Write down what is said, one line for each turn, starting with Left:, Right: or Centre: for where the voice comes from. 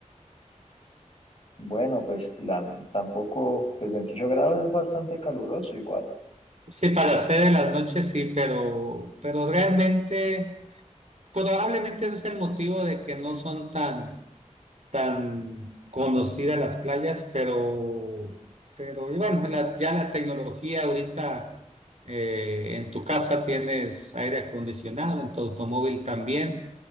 Left: Bueno, pues la, tampoco, pues 28 grados es bastante caluroso igual.
Right: Sí, para hacer en las noches sí, pero, pero realmente, probablemente ese es el motivo de que no son tan, tan conocidas las playas, pero, pero y bueno, la- ya la tecnología ahorita eh, en tu casa tienes aire acondicionado, en tu automóvil también,